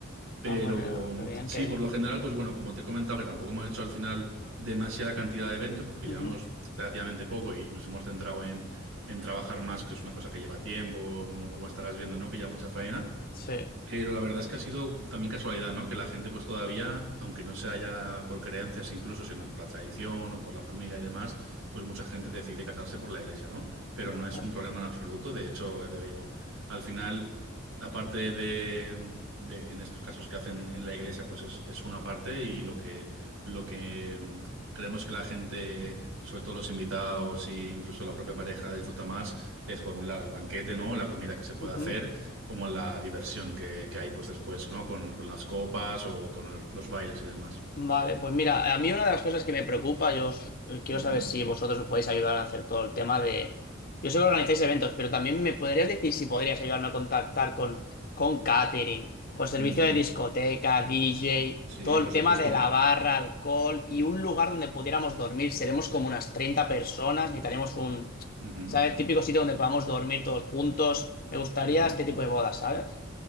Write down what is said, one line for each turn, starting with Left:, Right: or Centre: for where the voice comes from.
Right: Pero
Left: Ah, pues, eh, qué bien,
Right: sí,
Left: qué bien.
Right: por lo general, pues bueno, como te he comentado, que tampoco hemos hecho al final demasiada cantidad de eventos, porque
Left: Ujú.
Right: llevamos relativamente poco y nos hemos centrado en, en trabajar más, que es una cosa que lleva tiempo, como, como estarás viendo, ¿no? Que lleva mucha faena.
Left: Sí.
Right: Pero la verdad es que ha sido también casualidad, ¿no? Que la gente pues todavía, aunque no sea ya por creencias incluso, sino por la tradición o por la familia y demás, pues mucha gente decide casarse por la iglesia, ¿no? Pero
Left: Vale.
Right: no es un problema en absoluto. De hecho, ya te digo, al final la parte de, de- en estos casos que hacen en la iglesia, pues es, es una parte y lo que, lo que mm, creemos que la gente, sobre todo los invitados e incluso la propia pareja disfruta más, es por un lado el banquete, ¿no? La comida que se puede
Left: Ujú.
Right: hacer como la diversión que, que hay pues después, ¿no? Con, con las copas o con los, los bailes y demás.
Left: Vale, pues mira, a mí una de las cosas que me preocupa, yo os- eh, quiero
Right: Ujú,
Left: saber si vosotros me podéis ayudar a hacer todo el tema de... Yo sé que organizáis eventos, pero también me podrías decir si podrías ayudarme a contactar con, con catering, con servicio
Right: ujú.
Left: de discoteca, DJ,
Right: Sí,
Left: todo
Right: por
Left: el tema
Right: supuesto.
Left: de la barra, alcohol y un lugar donde pudiéramos dormir. Seremos como unas 30 personas, necesitaremos un,
Right: Ujú,
Left: ¿sabes? Típico sitio donde podamos dormir todos juntos. Me gustaría
Right: ujú.
Left: este tipo de bodas, ¿sabes?